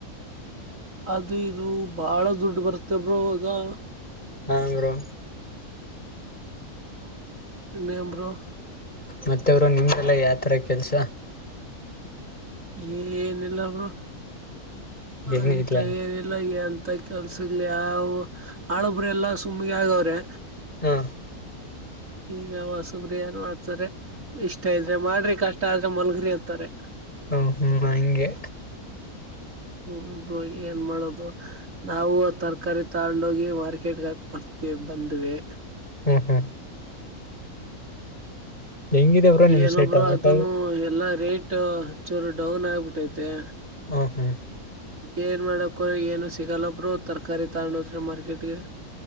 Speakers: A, on the right; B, on the left.
A: ಅದು ಇದು ಬಾಳ ದುಡ್ಡು ಬರ್ತ ಬ್ರೋ ಆಗಾ.
B: ಹಾಂಗ್ರೋ
A: ಇನ್ನೇನ್ ಬ್ರೋ
B: ಮತ್ತೆ ಬ್ರೋ ನಿಮ್ಗೆಲ್ಲ ಯಾವ ತರ ಕೆಲ್ಸ.
A: ಏನಿಲ್ಲ ಬ್ರೋ
B: ಏನು
A: ಅಂತ
B: ಇಲ್ಲ
A: ಏನಲ್ ಇಲ್ಲ ಎಂತ ಕೆಲ್ಸ ಇಲ್ ಯಾವ್ ಆಳಬ್ರೆಲ್ಲ ಸುಮ್ಗೆ ಆಗವ್ರೆ.
B: ಹಾ
A: ಈಗ ಹೊಸುಬ್ರು ಏನ್ ಮಾಡ್ತಾರೆ. ಇಷ್ಟ ಇದ್ರೆ ಮಾಡ್ರಿ ಕಷ್ಟ ಆದ್ರೆ ಮಲ್ಗರಿ ಅಂತಾರೆ.
B: ಹ ಹ್ಮ್ ಹಂಗೆ
A: ಹ್ಮ ಬ್ರೋ ಏನ್ ಮಾಡೋದು ನಾವು ತರಕಾರಿ ತಗೊಂಡೋಗಿ ಮಾರ್ಕೆಟ್ಗಾಕ್ ಬರ್ತವಿ ಬಂದ್ವಿ.
B: ಹ್ಮ್ ಹ್ಮ್ ಹೆಂಗಿದೆ ಬ್ರೋ ನಿಮ್
A: ಏನೊ
B: ಸೈಡ್
A: ಬ್ರೋ
B: ಟೊಮೊಟೊ
A: ಅದುನು ಎಲ್ಲಾ ರೇಟ್ ಚೂರು ಡೌನ್ ಆಗ್ಬಿಟ್ಟೈತೆ.
B: ಹ ಹ್ಮ
A: ಏನ್ ಮಾಡಕ್ಕೋ ಏನು ಸಿಗಲ್ಲ ಬ್ರೋ ತರಕಾರಿ ತಗೊಂಡೋದ್ರಿ ಮಾರ್ಕೆಟ್ಗೆ.